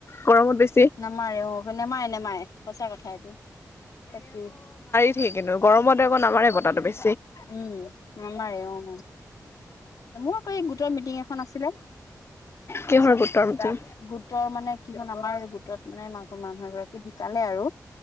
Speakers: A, on the left; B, on the left.
A: গৰমত বেছি।
B: নামাৰে অ নেমাৰে নেমাৰে সঁচা কথা এইটো তাকি।
A: কি একেই কিন্তু গৰমতে আকৌ আমাৰ বতাটো নামেৰে বেছি।
B: উম, নামেৰে অ'। মোৰ আকৌ এই গোটৰ মিটিং এখন আছিলে।
A: কিহৰ
B: তাৰপাছত
A: গোটৰ মিটিং
B: গোটৰ মানে। কি ক'ল আমাৰ গোটত মানে মানুহ এগৰাকী ঢুকালে আৰু